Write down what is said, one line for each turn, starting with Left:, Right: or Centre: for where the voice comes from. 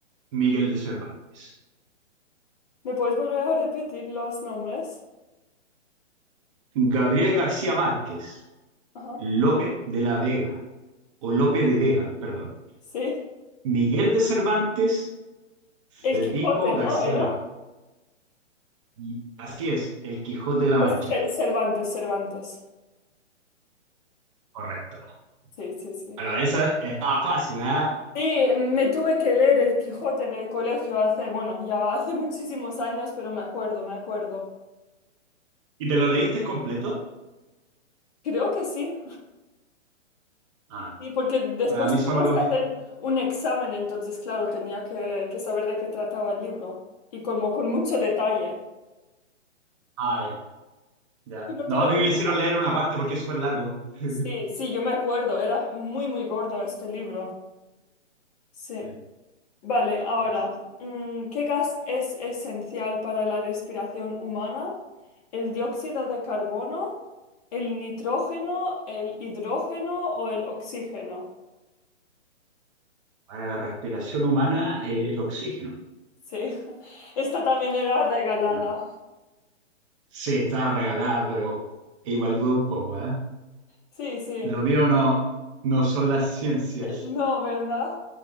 Right: Miguel de Cervantes.
Left: ¿Me puedes volver a repetir los nombres?
Right: Gabriel García Márquez,
Left: Ajá.
Right: Lope de la Vega, o Lope de Vega, perdón.
Left: Sí,
Right: Miguel de Cervantes, Federico
Left: el Quijote,
Right: García
Left: ¿no? ¿Era?
Right: Lorca. Y así es, El Quijote de la
Left: Pues,
Right: Mancha.
Left: Cer- Cervantes, Cervantes.
Right: Correcto.
Left: Sí, sí, sí.
Right: Bueno, esa es fácil, ¿ah?
Left: Sí, me tuve que leer el Quijote en el colegio hace, bueno, ya hace muchísimos años, pero me acuerdo, me acuerdo.
Right: ¿Y te lo leíste completo?
Left: Creo que sí.
Right: Ah,
Left: Sí, porque después
Right: a mí
Left: tuvimos
Right: solo
Left: que
Right: me
Left: hacer
Right: lo...
Left: un examen, entonces, claro, tenía que, que saber de qué trataba el libro y como con mucho detalle.
Right: Ah, ya, ya.
Left: ¿Tú no
Right: No,
Left: te lo
Right: a mí
Left: leíste?
Right: me hicieron leer una parte porque es súper largo. <laughs>
Left: Sí, sí, yo me acuerdo, era muy, muy gordo este libro. Sí.
Right: Sí,
Left: Vale, ahora,
Right: ya, sí, no.
Left: mm, ¿qué gas es esencial para la respiración humana? ¿El dióxido de carbono, el nitrógeno, el hidrógeno o el oxígeno?
Right: Para la respiración humana, el oxígeno.
Left: Sí, <laughs> esta también era regalada.
Right: No. Sí, estaba regalada, pero igual dudo un poco, ¿eh?
Left: Sí, sí.
Right: Lo mío no, no son las ciencias.
Left: Eh, No, ¿verdad?